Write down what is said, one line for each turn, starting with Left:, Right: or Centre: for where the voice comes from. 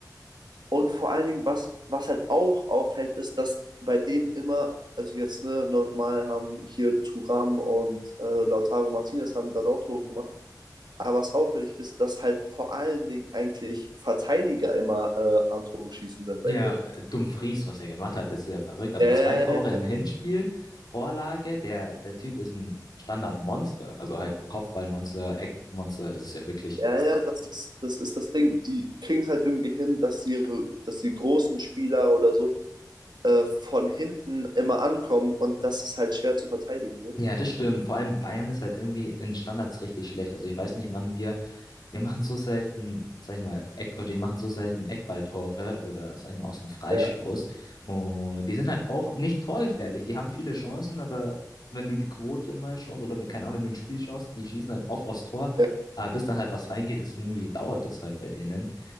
Right: Und vor allen Dingen, was, was halt auch auffällt, ist, dass bei denen immer, also jetzt, ne, normal haben hier Thuram und äh, Lautaro Martinez haben da auch Tore gemacht. Aber was auffällig ist, dass halt vor allen Dingen eigentlich Verteidiger immer äh, am Tore schießen sind
Left: Ja,
Right: bei denen.
Left: Dumfries, was er gemacht hat, ist ja verrückt. Also
Right: Äh,
Left: zwei Tore im Hinspiel, Vorlage. Der, der Typ ist ein Standardmonster. Also halt Kopfballmonster, Eckmonster. Das ist ja wirklich.
Right: ja, ja, ja, ja, ja, das ist, das ist das Ding. Die kriegen es halt irgendwie hin, dass die, dass die großen Spieler oder so äh, von hinten immer ankommen und das ist halt schwer zu verteidigen. Ne?
Left: Ja, das stimmt. Vor allem Bayern ist halt irgendwie in Standards richtig schlecht. Also ich weiß nicht, wann wir Wir machen so selten, sag ich mal, Eck, oder die machen so selten Eckballtore oder, sag ich mal, aus dem Freistoß.
Right: Ja,
Left: Und die sind halt auch nicht torgefährlich. Die haben viele Chancen, aber wenn du die Quote mal schaust oder keine Ahnung, wenn du ein Spiel schaust, die schießen halt oft aus Tor.
Right: ja,
Left: Aber bis dann halt was reingeht, ist irgendwie, dauert es halt bei denen.